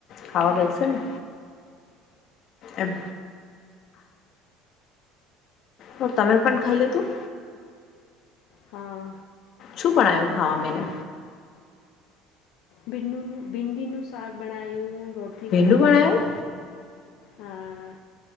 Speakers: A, on the left; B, on the left.
A: ખાવા દ છે ને. એમ. હ તમે પણ ખાઈ લી તું.
B: હા.
A: શું બાનાયું ખાવા મને.
B: ભીંડીનું ભિડીનું સાગ બનાયું. રોટલી
A: ભીંડું
B: બનાવી,
A: બનાવ્યું
B: હા.